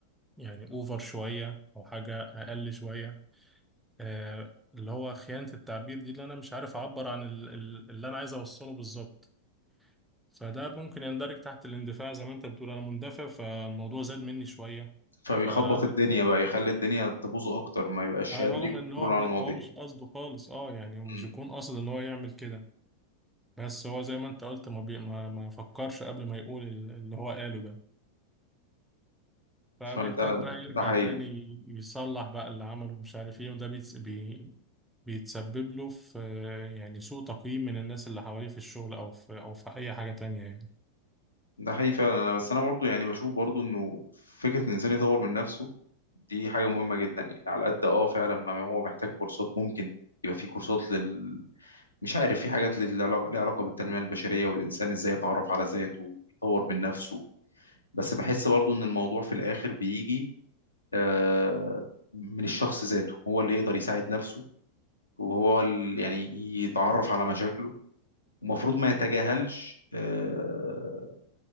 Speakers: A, in the centre; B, on the left (about 80°).
A: يعني أوفر شوية أو حاجة أقل شوية آه اللي هو خيانة التعبير دي اللي أنا مش عارف أعبر عن ال- ال- اللي أنا عايز أوصله بالظبط فده ممكن يندرج تحت الاندفاع زي ما أنت بتقول أنا مندفع فالموضوع زاد مني شوية
B: فبيخبط
A: فرغم
B: الدنيا بقى يخلي الدنيا تبوظ اكتر ما يبقاش
A: إن
B: قادر يكنترول
A: هو
B: على
A: م-
B: المواضيع
A: هو مش قصده خالص أه يعني مش
B: مم.
A: يكون قاصد إن هو يعمل كده بس هو زي ما أنت قلت ما, بي ما ما فكرش قبل ما يقول ال- اللي هو قاله ده فبيحتاج
B: فده
A: بقى يرجع
B: ده حقيقي
A: تاني يصلح بقى اللي عمله مش عارف ايه وده بيتس بي بيتسبب له في يعني سوء تقييم من الناس اللي حواليه في الشغل او في او في اي حاجة تانية يعني
B: ده حقيقي فعلا انا بس انا برضو يعني بشوف برضو انه فكره ان الانسان يطور من نفسه دي حاجه مهمه جدا يعني على قد اه فعلا ما هو محتاج كورسات ممكن يبقى في كورسات لل مش عارف في حاجات لل- لها علاقه بالتنميه البشريه والانسان ازاي يتعرف على ذاته ويطور من نفسه بس بحس برضو ان الموضوع في الاخر بيجي آه، من الشخص ذاته هو اللي يقدر يساعد نفسه وهو ال- يعني يتعرف على مشاكله ومفروض ما يتجاهلش آه،